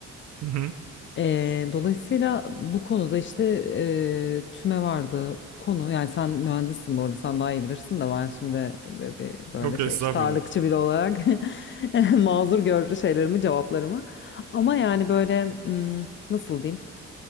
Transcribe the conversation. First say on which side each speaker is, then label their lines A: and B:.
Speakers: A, on the right (about 65°); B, on the left (about 40°).
A: Hı hı.
B: Eee, dolayısıyla bu konuda işte eee tüme vardı konu yani sen mühendissin bu arada sen daha iyi bilirsin de ben şimdi böyle, bir- böyle
A: Yok
B: şey
A: estağfurullah.
B: işte ağırlıkçı biri olarak <laughs> mazur gör şeylerimi cevaplarımı ama yani böyle hmm, nasıl diyeyim